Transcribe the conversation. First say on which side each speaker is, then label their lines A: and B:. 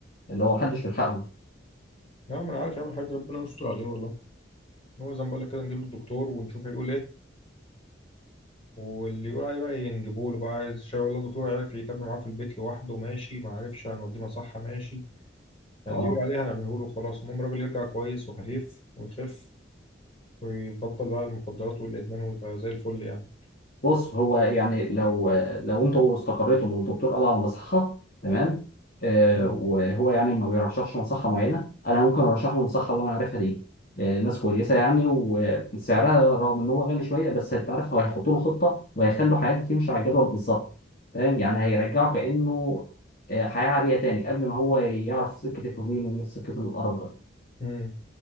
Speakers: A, on the left; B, on the left.
A: اللي هو محدش بيلحقهم
B: لا ما انا عارف يا عم الحاج ربنا يستر عليه والله هو زي ما بقول لك كده نجيب له الدكتور ونشوف هيقول ايه واللي يقول عليه بقى ينجبوا له بقى عايز شاي والله الدكتور عارف يتابع معاه في البيت لوحده ماشي ما عرفش هنوديه مصحة ماشي يعني
A: اه
B: اللي يقول عليه هنعمله له خلاص المهم الراجل يرجع كويس وخفيف ويخف ويبطل بقى المخدرات والادمان ويبقى زي الفل يعني
A: بص هو يعني لو لو انتوا استقريتوا ان الدكتور قال على مصحه تمام آه
B: مم.
A: وهو يعني ما بيرشحش مصحه معينه انا ممكن ارشح له المصحه اللي انا عارفها دي آه ناس كويسه يعني وسعرها رغم ان هو غالي شويه بس انت عارف هو هيحطوا له خطه وهيخلوا حياته تمشي على الجدول بالظبط فاهم يعني هيرجعه كانه آه، حياه عاديه تاني قبل ما هو يعرف سكه الهجوم وسكه القرف ده
B: امم